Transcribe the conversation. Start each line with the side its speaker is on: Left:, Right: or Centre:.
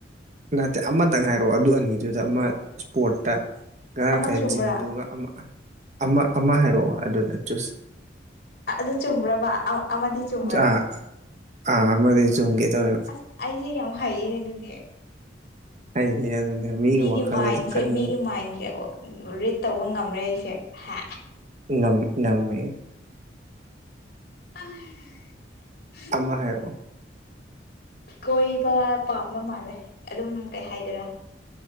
Right: ꯅꯠꯇꯦ ꯑꯃꯇꯪ ꯍꯥꯏꯔꯛꯑꯣ ꯑꯗꯨ ꯑꯅꯤꯗꯨꯗ ꯑꯃ ꯏꯁꯄꯣꯔꯠꯇ ꯉꯔꯥꯡ
Left: ꯑꯃ
Right: ꯈꯔ
Left: ꯆꯨꯝꯕ꯭ꯔꯥ
Right: ꯖꯤꯝꯗꯨꯒ ꯑꯃꯛ ꯑꯃ ꯑꯃ ꯍꯥꯏꯔꯛꯑꯣ ꯑꯗꯨꯗ ꯆꯨꯁ
Left: ꯑꯗꯨ ꯆꯨꯝꯕ꯭ꯔꯕ ꯑꯃꯗꯤ ꯆꯨꯝꯕ꯭ꯔꯥ
Right: ꯑꯥ ꯑꯥ ꯑꯃꯗꯤ ꯆꯨꯝꯒꯦ ꯇꯧꯋꯦꯕ
Left: ꯑꯁ ꯑꯩꯁꯦ ꯌꯥꯝ ꯍꯩꯌꯦꯅꯦ ꯑꯗꯨꯗꯤ
Right: ꯑꯩꯁꯦ ꯑꯗꯨꯅꯦ
Left: ꯃꯤꯒꯤ
Right: ꯋꯥꯈꯜꯒꯁꯦ
Left: ꯃꯥꯏꯟꯁꯦ
Right: ꯈꯟ
Left: ꯃꯤꯒꯤ ꯃꯥꯏꯟꯁꯦ ꯔꯤꯠ ꯇꯧꯕ ꯉꯝꯔꯦ ꯑꯩꯁꯦ ꯍꯥ
Right: ꯉꯝ ꯉꯝꯃꯦ
Left: <unintelligible>
Right: ꯑꯃ ꯍꯥꯏꯔꯛꯑꯣ
Left: ꯀꯣꯏꯕ ꯄꯥꯝꯕ ꯃꯥꯜꯂꯦ ꯑꯗꯨꯝ ꯀꯩ ꯍꯥꯏꯗꯔꯥ